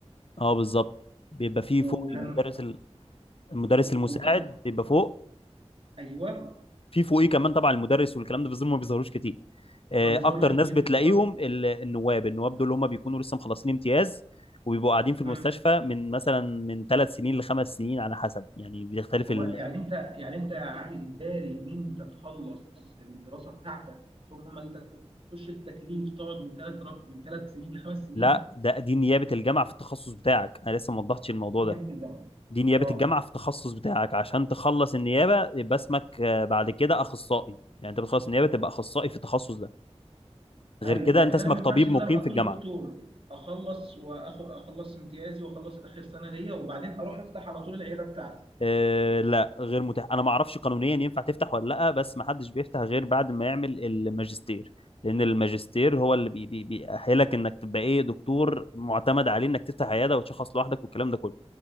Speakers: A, on the left (about 55°); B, on the right (about 55°).
A: اه بالظبط بيبقى فيه
B: وكان
A: فوق المدرس ال- المدرس المساعد
B: وكان
A: بيبقى فوق
B: ايوه
A: في فوقيه كمان طبعا المدرس والكلام ده بس دول ما بيظهروش كتير آه،
B: ما بيظهروش
A: اكتر
B: كتير
A: ناس بتلاقيهم
B: بالظبط
A: ال- النواب النواب دول هم بيكونوا لسه مخلصين امتياز وبيبقوا قاعدين في المستشفى
B: مم.
A: من مثلا من ثلاث سنين لخمس سنين على حسب يعني بيختلف
B: هو
A: ال...
B: يعني انت يعني انت يا علي إجباري ان انت تخلص الدراسة بتاعتك ثم انت تخش التكليف تقعد من ثلاث من ثلاث سنين لخمس سنين
A: لا ده دي نيابة الجامعة في التخصص بتاعك انا لسه ما وضحتش الموضوع
B: دي نيابة
A: ده
B: الجامعة
A: دي نيابة
B: اه
A: الجامعة في التخصص بتاعك عشان تخلص النيابة يبقى اسمك آه، بعد كده اخصائي يعني انت بتخلص النيابة تبقى اخصائي في التخصص ده غير
B: ايوه
A: كده
B: لكن
A: انت اسمك
B: انا ما ينفعش
A: طبيب
B: ان
A: مقيم
B: انا اكون
A: في الجامعة
B: دكتور اخلص واخد اخلص امتيازي واخلص اخر سنه ليا وبعدين اروح افتح على طول العياده بتاعتي
A: آه لا غير متاح انا ما اعرفش قانونيا ينفع تفتح ولا لا بس ما حدش بيفتح غير بعد ما يعمل الماجستير لان الماجستير هو اللي بي بي بيأهلك انك تبقى ايه دكتور معتمد عليه انك تفتح عياده وتشخص لوحدك والكلام ده كله